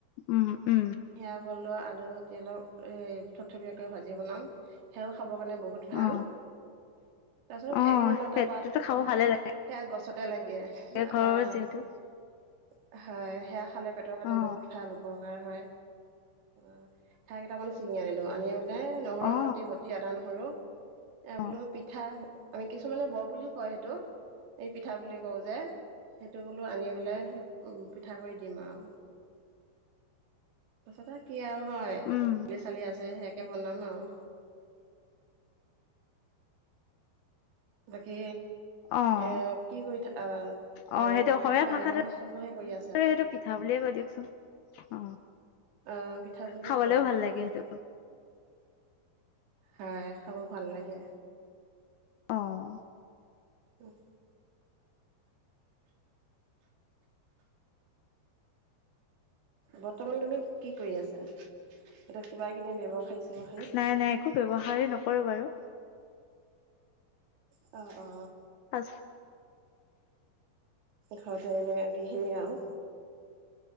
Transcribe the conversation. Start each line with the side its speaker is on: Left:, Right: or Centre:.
Left: উম, উম।
Right: সেয়া বলোৱা আলুৰ সতিয়ে অলপ এ থথপিয়াকে ভাজি বনাম। সেয়াও খাবৰ কাৰণে বহুত। ভাল,
Left: অ
Right: তাৰিছত
Left: অ
Right: ভেবেলি লতা
Left: সেইটোতো
Right: পাত
Left: খাব ভালে লাগে
Right: সেয়া গছতে লাগে এ
Left: ঘৰৰ
Right: আহ।
Left: যিহেতু
Right: হয় সেয়া খালে পেটৰ কাৰণে
Left: অ
Right: বহুত ভাল উপকাৰ হয়। অ থাই কেইটামান ছিঙি আনিলো, আনি বোলে নহৰুৰ
Left: অ
Right: সতি বতি আদা, নহৰু এ
Left: অ
Right: বোলো পিঠা, আমি কিছুমানে বৰ বুলিও কয় সেইটো এই পিঠা বুলি কওঁ যে। সেইটো বোলো আনি পেলাই উম পিঠা কৰি দিম আও। তাৰছতে আৰু কি আও হয়,
Left: উম,
Right: দালি চালি আছে সেয়াকে বনাম আও। বাকী
Left: অ',
Right: এ কি কৰি থা
Left: অ',
Right: কিবা
Left: সেইটো অসমীয়া ভাষাটো
Right: ব্যৱহাৰ চপে কৰি আছা।
Left: সেইটো পিঠা বুলিয়ে কয় দিয়কচোন অ,
Right: অ', পিঠা বুলিয়ে
Left: খাবলেও
Right: কওঁ
Left: ভাল লাগে
Right: অ',
Left: সেইটো।
Right: হয়, খাব ভাল লাগে।
Left: অ'হ।
Right: উহ। বৰ্তমান তুমি কি কৰি আছা? এতিয়া কিবা - কিদে ব্যৱসায়ী চ্যৱসায়ী?
Left: নাই নাই একো ব্যৱহাৰেই নকৰো বাৰু।
Right: অ, অ।
Left: আচ
Right: ঘৰতে এনে কি খিনিয়ে আও।